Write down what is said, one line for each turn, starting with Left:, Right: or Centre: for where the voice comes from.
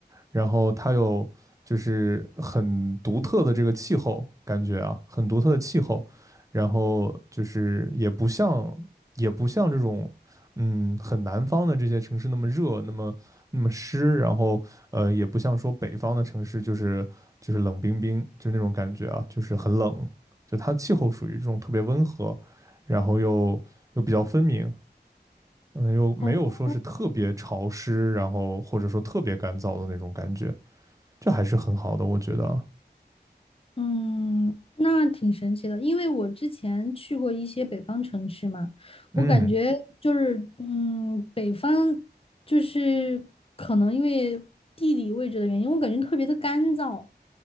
Right: 然后它有就是很独特的这个气候感觉啊，很独特的气候，然后就是也不像也不像这种嗯很南方的这些城市那么热，那么那么湿，然后呃也不像说北方的城市就是就是冷冰冰，就那种感觉啊，就是很冷，就它气候属于这种特别温和，然后又又比较分明，嗯，又没有说是特别潮湿，
Left: 哦，
Right: 然后或者说特别干燥的那种感觉，这还是很好的，我觉得啊。
Left: 嗯，那挺神奇的，因为我之前去过一些北方城市嘛，
Right: 嗯
Left: 我感觉就是，嗯，北方就是可能因为地理位置的原因，我感觉特别的干燥，